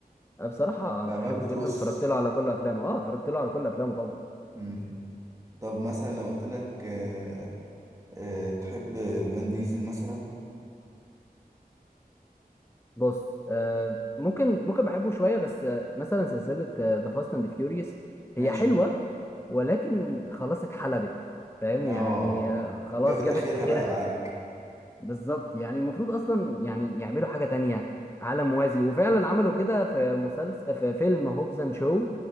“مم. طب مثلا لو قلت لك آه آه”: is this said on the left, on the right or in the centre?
Right